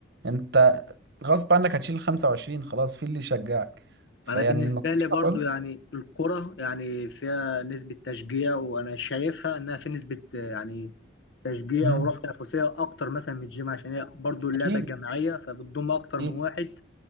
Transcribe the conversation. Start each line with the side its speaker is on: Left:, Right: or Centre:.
Right: انت غصب عنك هتشيل ال 25 خلاص في اللي يشجعك فيعني
Left: انا بالنسبه
Right: نصيحه
Left: لي برضو
Right: برضه
Left: يعني الكره يعني فيها نسبه تشجيع وانا شايفها انها في نسبه آه، يعني تشجيع
Right: مم.
Left: وروح تنافسيه اكتر مثلا من الجيم عشان هي برضو اللعبه
Right: اكيد
Left: الجماعيه فبتضم اكتر
Right: اكيد
Left: من واحد